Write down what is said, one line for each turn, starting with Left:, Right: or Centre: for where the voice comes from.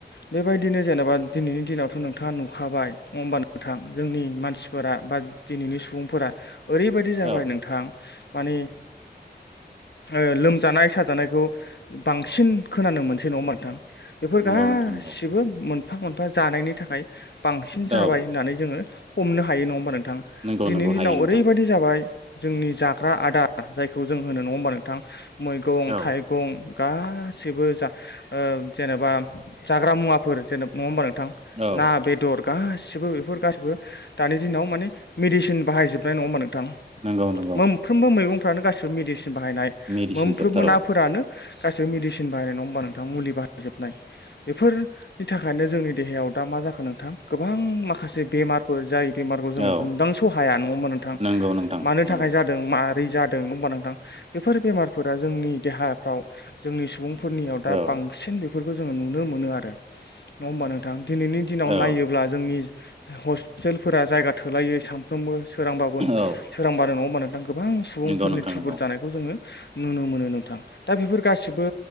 Left: बेबायदिनो जेनेबा दिनैनि दिनावथ' नोंथाङा नुखाबाय होमबा नोंथां जों नि मानसिफोरा बा दिनैनि सुबुंफोरा ओरैबायदि जाबाय
Right: औ
Left: नोंथां माने ओ लोमजानाय साजानायखौ बांसिन खोनानो मोनसै नङा नोंथां बेफोर
Right: नंगौ
Left: गासिबो
Right: नोंथां नंगौ
Left: मोनफा मोनफा जानायनि थाखाय बांसिन जाबाय
Right: औ
Left: होननानै जोङो हमनो हायो नङा होमबानों नोंथां
Right: नंगौ
Left: दिनैनि
Right: नंगौ
Left: दिनाव
Right: हायो नोंथां
Left: ओरैबायदि जाबाय जोंनि जाग्रा आदार जायखौ जों होनो नङा होमबा नोंथां मैगं-थाइगं
Right: औ
Left: गासिबो जा ओ जेनेबा जाग्रा मुवाफोर जेनेबा नङा म'म नोंथां
Right: औ
Left: ना बेदर गासिबो बेफोर गाैबो दानि दिनाव माने मेडिसिन बाहायजोबनाय नङा होमबा नों थां
Right: नंगौ नंगौ
Left: मोनफ्रोमबो मैगंफ्रानो गासिबो मेडिसिन बाहायनाय
Right: मेडिसिन
Left: मोनफ्रोम
Right: जोबथार'
Left: मोनाफोरानो
Right: औ
Left: गासैबो मेडिसिन बाहायनाय नङा होमबा नों थां मुलि बाहायजोबनाय बेफोरनि थाखायनो जोंनि देहायाव दा मा जाखो नोंथां गोबां माखासे बेमारफोर जाय बेमारखौ जोङो
Right: औ
Left: हमदां स हाया नङा होनबा नोंथां
Right: नंगौ नोंथां
Left: मानि
Right: नंगौ
Left: थाखाय जादों मा ब्रै जादों नङा होनबा नांथां बेफोर बेमारफोरा जोंनि देहाफ्राव जोंनि सुबुं फोरनियाव दा
Right: औ
Left: बांसिन बेफोरखौ जोङो नुनो मोनो आरो नङा होमबा नोंथां दिनैनि दिनाव
Right: औ
Left: नायोब्ला जोंनि हस्पिटेलफोरा जायगा थोलायो सानफ्रोमबो सोरांबाबो
Right: औ
Left: सोरांबानो नङा होनबा नोंथां गोबां सुबुंफोरनि
Right: नंगौ नोंथां
Left: थुबुर
Right: नंगौ
Left: जानायखौ जोङो नुनो मोनो नोंथां दा बेफोर गासिबो